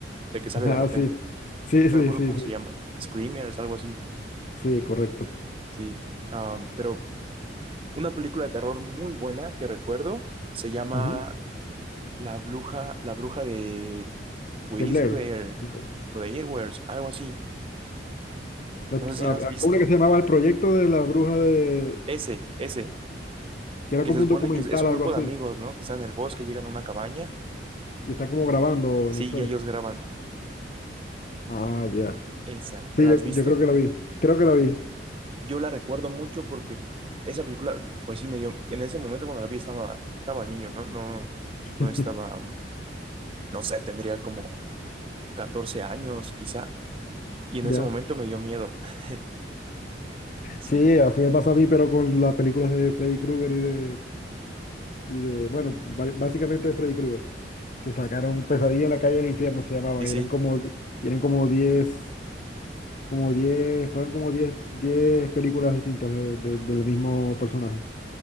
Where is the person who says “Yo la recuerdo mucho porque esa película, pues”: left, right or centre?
Right